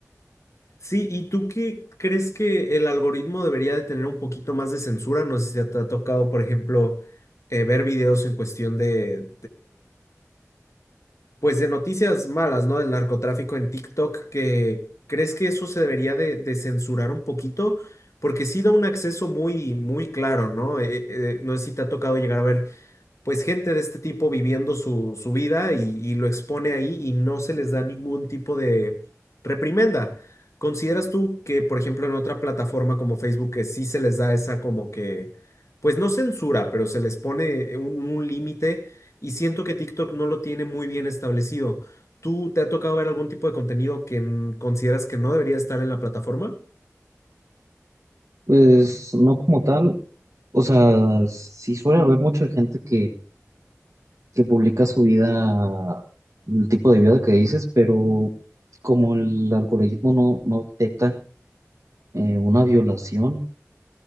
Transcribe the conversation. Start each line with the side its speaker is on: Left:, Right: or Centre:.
Left: Sí, ¿y tú qué crees que el algoritmo debería de tener un poquito más de censura? No sé si te ha tocado, por ejemplo, eh, ver videos en cuestión de, pues de noticias malas, ¿no? Del narcotráfico en TikTok, que crees que eso se debería de, de censurar un poquito, porque sí da un acceso muy, muy claro, ¿no? Eh, eh, no sé si te ha tocado llegar a ver, pues gente de este tipo viviendo su, su vida y, y lo expone ahí y no se les da ningún tipo de reprimenda. ¿Consideras tú que, por ejemplo, en otra plataforma como Facebook, que sí se les da esa como que, pues no censura, pero se les pone un un límite? Y siento que TikTok no lo tiene muy bien establecido. ¿Tú te ha tocado ver algún tipo de contenido que n- consideras que no debería estar en la plataforma?
Right: Pues no como tal, o sea, sí suele haber mucha gente que, que publica su vida, el tipo de vida que dices, pero como el algoritmo no, no detecta eh, una violación,